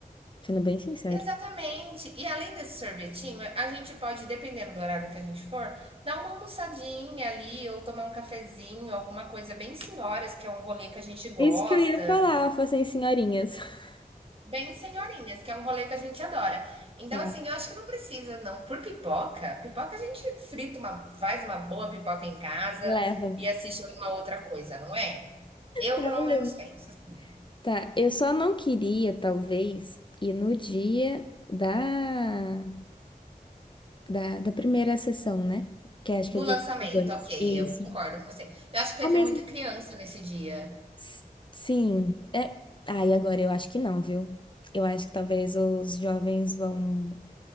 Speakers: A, on the left (about 30°); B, on the right (about 35°).
A: sendo bem sincero.
B: Exatamente. E além desse sorvetinho, a gente pode, dependendo do horário que a gente for, dar uma almoçadinha ali, ou tomar um cafezinho, alguma coisa bem senhoras, que é um rolê que a gente gosta.
A: Isso que eu ia falar, eu falei assim, senhorinhas. <laughs>
B: Bem senhorinhas, que é um rolê que a gente adora. Então,
A: Tá,
B: assim, eu acho que não precisa, não. Por pipoca, pipoca a gente frita uma, faz uma boa pipoca em casa
A: leva.
B: e assiste alguma outra coisa, não é? Eu,
A: Realmente.
B: pelo menos, penso. assim.
A: Tá, eu só não queria, talvez, ir no dia da, da, da primeira sessão, né? Que acho
B: Do
A: que é dia
B: lançamento,
A: 22.
B: ok,
A: Isso.
B: eu concordo com você. Eu acho que
A: Começo
B: vai ter muita criança nesse dia.
A: S- Sim, é. Ai, agora eu acho que não, viu? Eu acho que talvez os jovens vão,